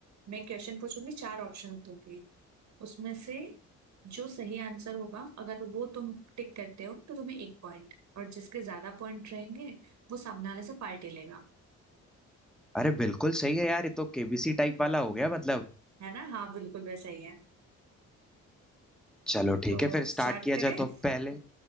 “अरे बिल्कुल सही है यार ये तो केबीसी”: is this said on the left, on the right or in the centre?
Centre